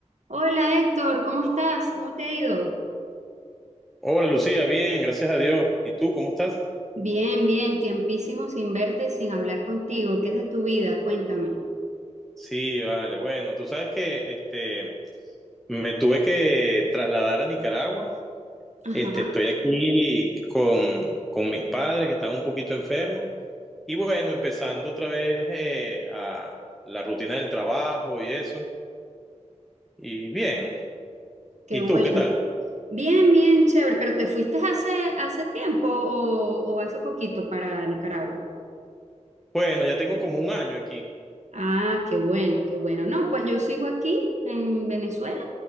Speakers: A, on the right (about 70°); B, in the centre.
A: Hola Héctor, ¿cómo estás? ¿Cómo te ha ido?
B: Hola Lucía, bien, gracias a Dios. ¿Y tú cómo estás?
A: Bien, bien, tiempísimo sin verte, sin hablar contigo. ¿Qué es de tu vida? Cuéntame.
B: Sí, vale, bueno, tú sabes que este me tuve que trasladar a Nicaragua.
A: Ajá,
B: Este, estoy aquí con, con mis padres que están un poquito enfermos. Y bueno, empezando otra vez eh, a la rutina del trabajo y eso. Y bien.
A: qué
B: ¿Y
A: bueno.
B: tú qué tal?
A: Bien, bien, chévere, pero ¿te fuiste hace, hace tiempo o, o hace poquito para Nicaragua?
B: Bueno, ya tengo como un año aquí.
A: Ah, qué bueno, qué bueno. No, pues yo sigo aquí en Venezuela